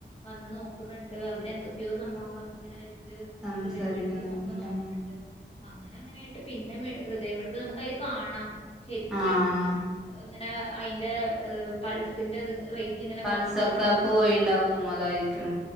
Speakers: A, on the left (about 30°); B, in the centre.
A: വന്ന് നോക്കുന്നുണ്ട് അവർ എന്തൊക്കെയോ സംഭവങ്ങളൊക്കെ ഇങ്ങെനെ. <unintelligible>
B: സംസാരിക്കുന്നൊക്കെണ്ട്
A: ഹൃദയമെടുപ്പും ഒക്കെ നോക്കുന്നുണ്ട്. അങ്ങനെ അങ്ങനെയായിട്ട് പിന്നെ മേ ഹൃദയമെടുപ്പ് നോ ത് ഒക്കെ അയിൽ കാണാം ശെരിക്ക്
B: ആഹ്
A: ഇങ്ങനെ അയിന്റെ പൾസിന്റെത് റേറ്റ് ഇങ്ങനെ
B: പൾസൊക്കെ
A: കൊറഞ്ഞ് കൊറഞ്ഞ് വരണ്ട്
B: പോയിണ്ടാവും അതായിരിക്കും